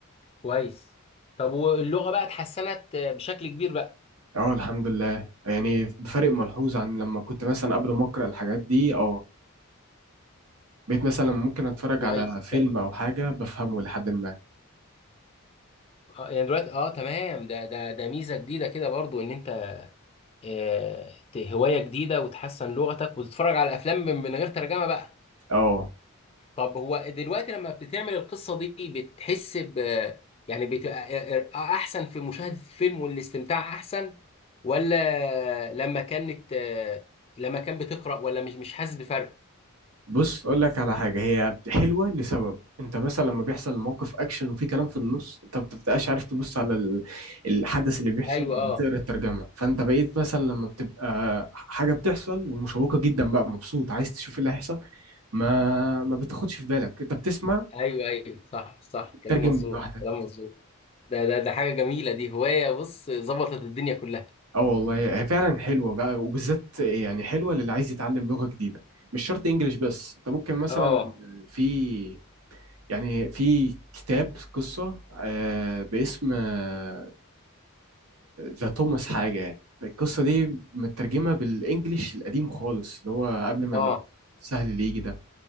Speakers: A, on the left; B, on the right.
A: كويس طب واللغه بقى اتحسنت آه، بشكل كبير بقى
B: اه الحمد لله يعني بفرق ملحوظ عن لما كنت مثلا قبل ما اقرا الحاجات دي اه بقيت مثلا ممكن اتفرج
A: كويس
B: على فيلم
A: كويس
B: او حاجة بفهمه لحد ما
A: اه يعني دلوقتي اه تمام ده ده ده ميزه جديده كده برضو ان انت آه ت- هوايه جديده وتحسن لغتك وتتفرج على افلام من من غير ترجمه بقى
B: اه
A: طب هو دلوقتي لما بتعمل القصه دي بتحس ب يعني بتبقى ا- ا- احسن في مشاهده الفيلم والاستمتاع احسن ولا لما كانت آه لما كان بتقرا ولا مش مش حاسس بفرق
B: بص اقول لك على حاجه هي حلوه لسبب انت مثلا لما بيحصل موقف اكشن وفي كلام في النص انت ما بتبقاش عارف تبص على ال- الحدث اللي بيحصل
A: ايوه
B: ولا
A: اه
B: تقرا الترجمه فانت بقيت مثلا لما بتبقى حاجه بتحصل ومشوقه جدا بقى مبسوط عايز تشوف إيه اللي هيحصل ما ما بتاخدش في بالك انت بتسمع
A: ايوه ايوه صح صح
B: وتترجم
A: كلام مظبوط
B: من لوحدك
A: كلام مظبوط ده ده ده حاجه جميله دي هوايه بص ظبطت الدنيا كلها
B: اه والله هي فعلا حلوه بقى وبالذات يعني حلوه للي عايز يتعلم لغه جديده مش شرط انجليش بس انت ممكن مثلا
A: اه
B: في يعني في كتاب قصة آه، باسم آه، ذا توماس حاجة يعني القصة دي مترجمة بالإنجليش القديم خالص اللي هو قبل ما
A: اه
B: ال- السهل اللي يجي ده